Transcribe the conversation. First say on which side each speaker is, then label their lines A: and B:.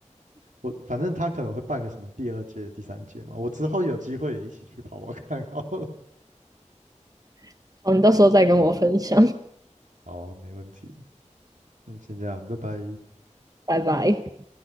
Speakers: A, on the right; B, on the right.
A: 我反正他可能会办个什么第二届、第三届嘛，我之后有机会也一起去跑跑看好了。
B: <laughs> 好，你到时候再跟我分享，
A: <laughs> 好啊，没问题。嗯，先这样，拜拜。
B: <laughs> 拜拜。